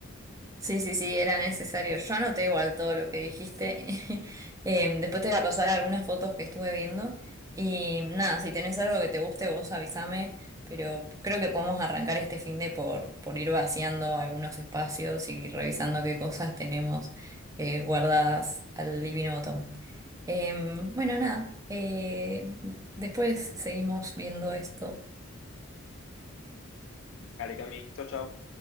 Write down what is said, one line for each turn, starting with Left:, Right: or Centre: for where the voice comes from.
Right: Sí, sí, sí, era necesario. Yo anoté igual todo lo que dijiste. <laughs> Em, después te voy a pasar algunas fotos que estuve viendo. Y nada, si tenés algo que te guste, vos avísame. Pero creo que podemos arrancar este fin de por, por ir vaciando algunos espacios y revisando qué cosas tenemos eh, guardadas al Divino Botón. Em, bueno, nada. eh, después seguimos viendo esto.
Left: Dale, Cami, chau, chau.